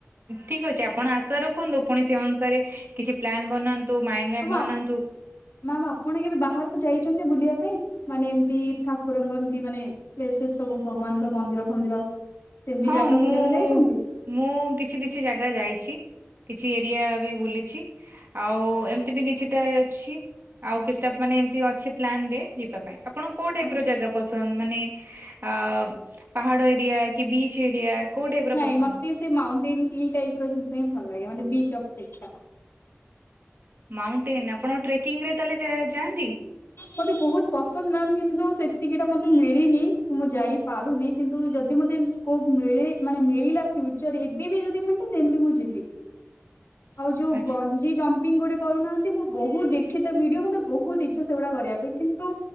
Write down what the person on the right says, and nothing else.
ଠିକ ଅଛି ଆପଣ ଆଶା ରଖନ୍ତୁ ପୁଣି ସେ ଅନୁସାରେ କିଛି ପ୍ଲାନ ବନାନ୍ତୁ। ମାଇଣ୍ଡ ମ୍ୟାପ୍
ବନାନ୍ତୁ
ହଁ
ମୁଁ
ମୁଁ କିଛି କିଛି ଜାଗା ଯାଇଛି। କିଛି ଏରିଆ ବି ବୁଲିଛି ଆଉ ଏମିତି ବି କିଛିଟା ଅଛି। ଆଉ କିଛିଟା ମାନେ ଏମିତି ଅଛି ପ୍ଲାନରେ ଯିବା ପାଇଁ। ଆପଣ କୋଉ ଟାଇପ୍
ର ଜାଗା ପସନ୍ଦ ମାନେ ଅ ପାହାଡ ଏରିଆ କି ବିଚ୍। Beach area. କୋଉ ଟାଇପ ର
ପସନ୍ଦ
ମାଉଣ୍ଟେନ ଆପଣ ଟ୍ରେକିଂରେ ତାହଲେ ଯା-ଯାଆନ୍ତି?
<inaudible>
ଆଚ୍ଛା